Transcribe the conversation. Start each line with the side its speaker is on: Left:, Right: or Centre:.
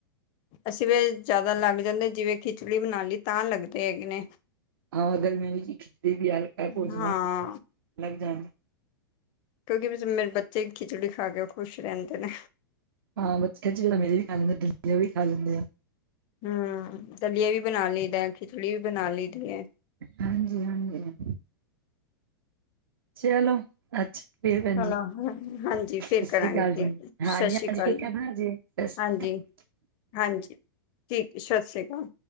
Left: ਅਸੀਂ ਵੀ ਜ਼ਿਆਦਾ ਲੱਗ ਜਾਂਦੇ ਜਿਵੇਂ ਖਿਚੜੀ ਬਣਾ ਲਈ ਤਾਂ ਲੱਗਦੇ ਹੈਗੇ ਨੇ।
Right: ਹਾਂ ਗਰਮੀ ਵਿੱਚ ਖਿਚੜੀ ਵੀ ਹਲਕਾ ਭੋਜਨ
Left: ਹਾਂ
Right: ਆ ਲੱਗ ਜਾਂਦਾ।
Left: ਕਿਉਂਕਿ ਮੇਰੇ ਬੱਚੇ ਖਿਚੜੀ ਖਾ ਕੇ ਖੁਸ਼ ਰਹਿੰਦੇ ਨੇ।
Right: ਹਾਂ ਬੱਚੇ ਮੇਰੇ ਵੀ ਖਾ ਲੈਂਦੇ ਆ, ਦਲੀਆਂ ਵੀ ਖਾ ਲੈਂਦੇ ਆ।
Left: ਹਾ, ਦਲੀਆ ਵੀ ਬਣਾ ਲਈਦਾ, ਖਿਚੜੀ ਵੀ ਬਣਾ ਲਈ ਦੀ ਐ।
Right: ਹਾਂਜੀ-ਹਾਂਜੀ। ਚਲੋ! ਅੱਛਾ ਫੇਰ ਭੈਣ
Left: ਚਲੋ
Right: ਜੀ,
Left: ਹਾਂਜੀ
Right: ਸਤਿ
Left: ਫਿਰ
Right: ਸ੍ਰੀ
Left: ਕਰਾਂਗੇ
Right: ਅਕਾਲ
Left: ਠੀਕ
Right: ਜੀ।
Left: ਸਤਿ
Right: ਹਾਂਜੀ-ਹਾਂਜੀ।
Left: ਸ਼੍ਰੀ ਅਕਾਲ
Right: ਫ
Left: ਜੀ
Right: ਕ ਜੇ <unintelligible>
Left: ਹਾਂਜੀ ਹਾਂਜੀ, ਠੀਕ ਹੈ। ਸਤਿ ਸ਼੍ਰੀ ਅਕਾਲ।